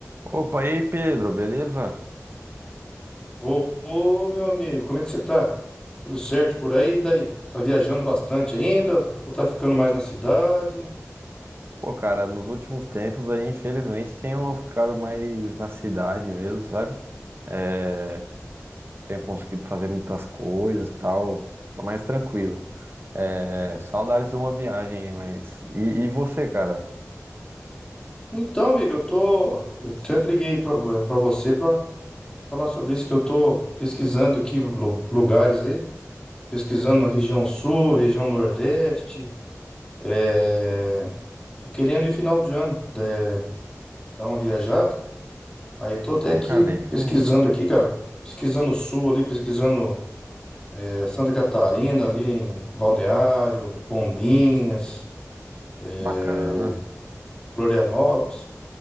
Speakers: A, on the right (about 45°); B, on the left (about 15°).
A: Opa, e aí, Pedro, beleza?
B: Ô, ô, meu amigo, como é que você tá? Tudo certo por aí? E daí? Tá viajando bastante ainda? Ou tá ficando mais na cidade?
A: Pô, cara, nos últimos tempos aí, infelizmente, tenho ficado mais na cidade mesmo, sabe? É, tenho conseguido fazer muitas coisas e tal, tô mais tranquilo. É, saudades de uma viagem, mas. E, e você, cara?
B: Então, amigo, eu tô. Eu tanto liguei pra, eh, pra você pra, pra falar sobre isso, que eu tô pesquisando aqui lu- lugares aí. Tô pesquisando na região sul, região nordeste. É... Tô querendo ir final de ano, é, dar uma viajada. Aí eu tô até
A: Ô,
B: aqui
A: cara, aí sim,
B: pesquisando aqui, cara. Pesquisando o sul ali, pesquisando. É, Santa Catarina, ali em Balneário, Bombinhas, é,
A: bacana.
B: Florianópolis,